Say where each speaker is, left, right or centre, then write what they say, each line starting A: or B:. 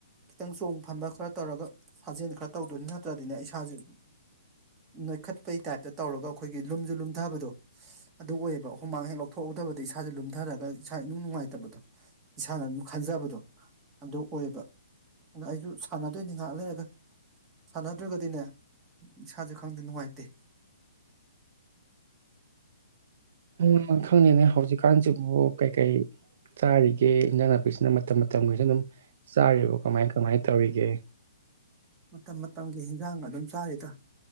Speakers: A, on the right (about 20°); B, on the right (about 50°).
A: ꯈꯤꯇꯪ ꯆꯣꯡ ꯐꯟꯕ ꯈꯔ ꯇꯧꯔꯒ ꯁꯥꯖꯦꯜ ꯈꯔ ꯇꯧꯗꯣꯏꯅꯤ ꯅꯠꯇ꯭ꯔꯗꯤꯅꯦ ꯑꯩ ꯏꯁꯥꯁꯦ ꯅꯣꯏꯈꯠꯄꯩ ꯇꯥꯏꯞꯇ ꯇꯧꯔꯒ ꯑꯩꯈꯣꯏꯒꯤ ꯂꯨꯝꯁꯨ ꯂꯨꯝꯊꯕꯗꯣ ꯑꯗꯨ ꯑꯣꯏꯌꯦꯕ ꯍꯨꯃꯥꯡ ꯍꯦꯛ ꯂꯧꯊꯣꯛꯎꯧꯗꯕꯗ ꯏꯁꯥꯁꯦ ꯂꯨꯝꯊꯔꯒ ꯏꯁꯥ ꯏꯅꯨꯡ ꯅꯨꯡꯉꯥꯏꯇꯕꯗꯣ ꯏꯁꯥꯅ ꯑꯗꯨꯝ ꯈꯟꯖꯕꯗꯣ ꯑꯗꯨ ꯑꯣꯏꯌꯦꯕ ꯑꯗꯨ ꯑꯩꯁꯨ ꯁꯥꯟꯅꯗꯣꯏꯅꯤ ꯉꯍꯥꯛ ꯂꯩꯔꯒ ꯁꯥꯟꯅꯗ꯭ꯔꯒꯗꯤꯅꯦ ꯏꯁꯥ ꯁꯦ ꯈꯪꯗꯦ ꯅꯨꯡꯉꯥꯏꯇꯦ
B: ꯎ ꯈꯪꯉꯅꯦ ꯍꯧꯖꯤꯛ ꯀꯥꯟꯆꯤꯡ ꯄꯨ ꯀꯩ ꯀꯩ ꯆꯥꯔꯤꯒꯦ ꯏꯟꯖꯥꯡ ꯅꯥꯄꯤꯁꯤꯅ ꯃꯇꯝ ꯃꯇꯝꯒꯤꯁꯨ ꯑꯗꯨꯝ ꯆꯥꯔꯤꯕ ꯀꯃꯥꯏ ꯀꯃꯥꯏꯅ ꯇꯧꯔꯤꯒꯦ
A: ꯃꯇꯝ ꯃꯇꯝꯒꯤ ꯍꯟꯖꯥꯡ ꯑꯗꯨꯝ ꯆꯥꯔꯤꯗ